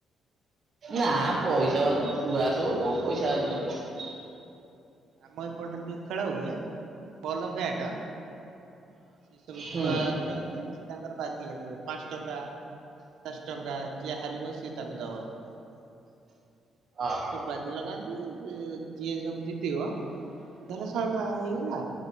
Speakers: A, on the right; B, on the right.
A: ନା ପଇସା ବାଜି ନା ଛୁଆ ସବୁ କଣ ପଇସା ବାଜି <unintelligible>
B: ଆମ ଏପଟରେ ଯୋଉ ଖେଳ ହୁଏ ଭଲ ବ୍ୟାଟ ସେ ସବୁ
A: ହୁଁ
B: ଛୁଆ ଖେଳନ୍ତି, ସେ ତାଙ୍କର ବାଜି ଲଗେଇବା ପାଞ୍ଚ ଟଙ୍କା ଦଶ ଟଙ୍କା ଯିଏ ହାରିବ ସିଏ ତାକୁ ଦବ।
A: ଓହୋ
B: ଏ ସବୁ ବାଜି ଲଗାନ୍ତି ଯିଏ ସମତି ଇବ ଧର ସହେ ଟଙ୍କା ହେଇଗଲା